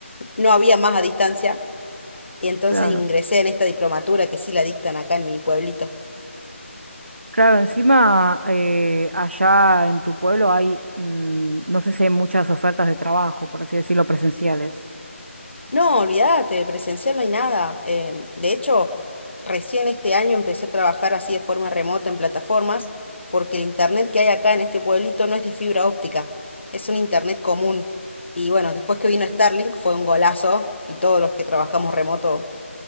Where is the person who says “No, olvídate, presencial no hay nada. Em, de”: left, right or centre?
Left